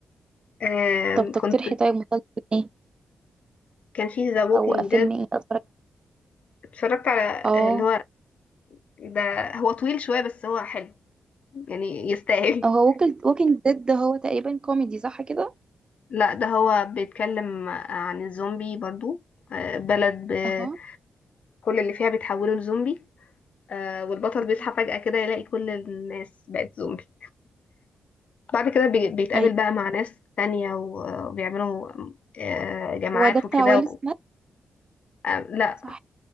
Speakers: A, on the left; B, on the right.
A: آم،
B: طب تقترحي
A: كنت
B: طيب مسلسل ايه
A: كان في ذا ووكينج
B: أو فيلم
A: ديد
B: ايه أتفرج
A: اتفرجت على
B: عليه؟ اه
A: آه، اللي هو ده هو طويل شوية بس هو حلو يعني يستاهل
B: هو
A: <laughs>
B: ووكينج ديد ده هو تقريبا كوميدي صح كده؟
A: لا ده هو بيتكلم عن الزومبي برضو آه، بلد ب-
B: اها
A: كل اللي فيها بيتحولوا لزومبي آه، والبطل
B: مهم.
A: بيصحى فجأة كده يلاقي كل الناس بقت زومبي بعد كده بي- بيتقابل
B: أيوة
A: بقى مع ناس تانية و- وبيعملوا آه، جماعات
B: هو ده بتاع
A: وكده
B: ويل
A: و-
B: سميث
A: آه، لا
B: صح